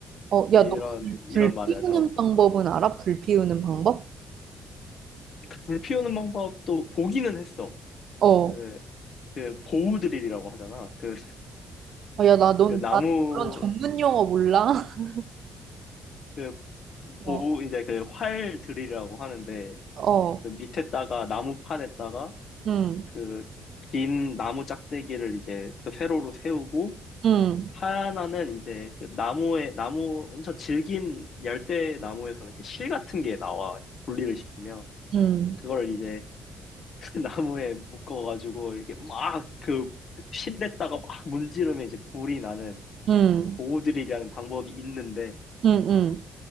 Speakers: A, on the right; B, on the left.
A: 어,
B: 이런,
A: 야, 너 불,
B: 이런
A: 불
B: 말을
A: 피우는
B: 내가 들었어.
A: 방법은 알아? 불 피우는 방법?
B: 그 불 피우는 방법도 보기는 했어.
A: 어,
B: 그, 그, 보우드릴이라고 하잖아. 그,
A: 어, 야, 나, 넌,
B: 그 나무,
A: 나 그런 전문 용어 몰라. <laughs>
B: 그,
A: 어,
B: 보우, 이제 그 활 드릴이라고 하는데,
A: 어,
B: 그 밑에다가 나무판에다가
A: 음,
B: 그 긴 나무 짝대기를 이제 또 세로로 세우고,
A: 음,
B: 하나는 이제 그 나무에, 나무, 엄청 질긴 열대 나무에서는 이렇게 실 같은 게 나와. 분리를 시키면.
A: 음,
B: 그걸 이제 <laughs> 나무에 묶어가지고 이렇게 막 그 실에다가 막 문지르면 이제 불이 나는
A: 음,
B: 보호드릴이라는 방법이 있는데,
A: 음, 음.